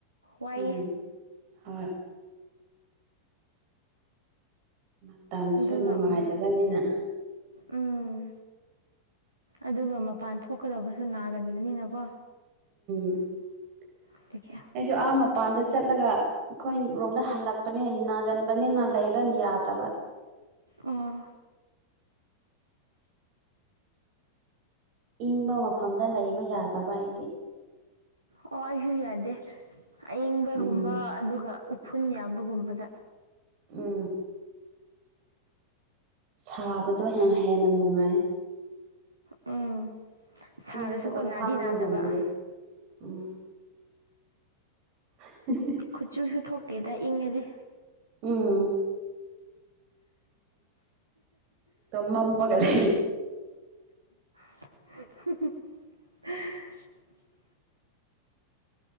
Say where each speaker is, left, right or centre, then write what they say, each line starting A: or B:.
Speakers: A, on the right (about 80°); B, on the right (about 45°).
A: ꯋꯥꯏꯌꯦ
B: ꯎꯝ ꯍꯣꯏ ꯃꯇꯝꯁꯨ
A: ꯑꯗꯨꯒ
B: ꯅꯨꯡꯉꯥꯏꯇꯕꯅꯤꯅ
A: ꯎꯝ ꯎꯝ ꯑꯗꯨꯒ ꯃꯄꯥꯟ ꯊꯣꯛꯀꯗꯧꯕꯁꯨ ꯅꯥꯒꯟꯕꯅꯤꯅꯀꯣ
B: <inaudible>
A: ꯑꯗꯨꯒꯤ
B: ꯑꯩꯁꯨ ꯑꯥ ꯃꯄꯥꯟꯗ ꯆꯠꯂꯒ ꯑꯩꯈꯣꯏ ꯔꯣꯝꯗ ꯍꯜꯂꯛꯄꯅꯦ ꯅꯥꯒꯟꯕꯅꯦ ꯅꯥ ꯂꯩꯕꯅꯤ ꯇꯥꯇꯕ
A: ꯑꯣ
B: ꯏꯪꯕ ꯃꯐꯝꯗ ꯂꯩꯕ ꯌꯥꯗꯕ ꯍꯥꯏꯗꯤ
A: ꯑꯣ ꯑꯩꯁꯨ ꯌꯥꯗꯦ ꯑꯏꯪꯕꯒꯨꯝꯕ
B: ꯎꯝ
A: ꯑꯗꯨꯒ ꯐꯨꯟ ꯌꯥꯝꯕꯒꯨꯝꯕꯗ
B: ꯎꯥ ꯁꯥꯕꯗꯣ ꯌꯥꯝ ꯍꯦꯟꯅ ꯅꯨꯡꯉꯥꯏ
A: ꯎꯝ ꯁꯥꯔꯁꯨꯀꯣ
B: ꯏ ꯀꯗꯣ
A: ꯅꯥꯗꯤ
B: ꯈꯥꯡꯕ
A: ꯅꯥꯗꯕ
B: ꯉꯝꯒꯦ ꯎꯝ <inaudible>
A: ꯈꯨꯠꯆꯨꯁꯨ ꯊꯣꯛꯇꯦꯗ ꯏꯪꯉꯁ
B: ꯎꯝ ꯝꯃꯃꯒꯔ
A: <inaudible>